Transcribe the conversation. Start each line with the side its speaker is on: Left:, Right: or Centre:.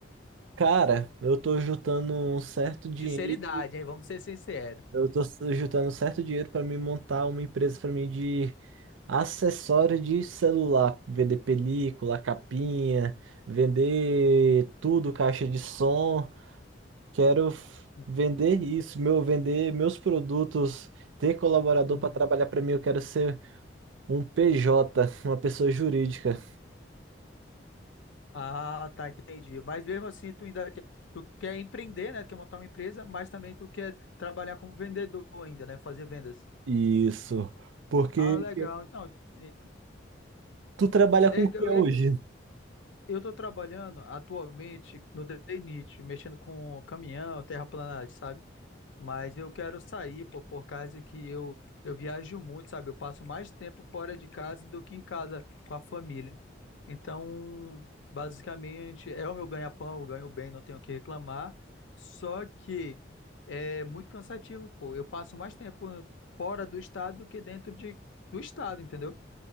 Right: Cara, eu tô juntando um certo dinheiro,
Left: Sinceridade, hein? Vamos ser sinceros.
Right: eu tô juntando um certo dinheiro pra me montar uma empresa pra mim de acessório de celular, vender película, capinha, vender tudo, caixa de som. Quero f-
Left: Uhum.
Right: vender isso, meu, vender meus produtos, ter colaborador
Left: Uhum.
Right: para trabalhar para mim. Eu quero ser um PJ, <laughs> uma pessoa jurídica.
Left: Ah, tá, entendi. Mas mesmo assim, tu ainda quer, tu quer empreender, né? Quer montar uma empresa, mas também tu quer trabalhar como vendedor ainda, né? Fazer vendas.
Right: Isso. Porque
Left: Ah, legal. Então, e-
Right: tu trabalha
Left: é,
Right: com o que
Left: eu
Right: hoje?
Left: ia Eu estou trabalhando atualmente no DNIT, mexendo com caminhão, terraplanagem, sabe? Mas eu quero sair, pô, por causa que eu, eu viajo muito, sabe? Eu passo mais tempo fora de casa do que em casa com a família. Então, basicamente, é o meu ganha-pão, eu ganho bem, não tenho o que reclamar. Só que é muito cansativo, pô. Eu passo mais tempo fora do estado do que dentro de, do estado, entendeu?